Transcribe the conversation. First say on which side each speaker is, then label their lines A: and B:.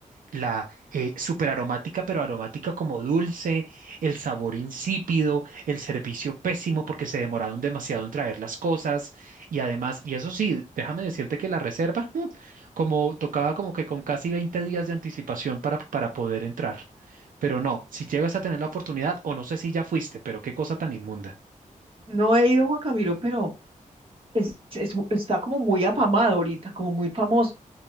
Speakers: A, on the right; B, on the right.
A: la eh, superaromática, pero aromática como dulce, el sabor insípido, el servicio pésimo porque se demoraron demasiado en traer las cosas y además, y eso sí, déjame decirte que la reserva, <laughs> mm, como tocaba como que con casi 20 días de anticipación para, para poder entrar. Pero no, si llegas a tener la oportunidad, o no sé si ya fuiste, pero qué cosa tan inmunda.
B: No he ido a Juan Camilo, pero es, es mu- está como muy afamado ahorita, como muy famoso.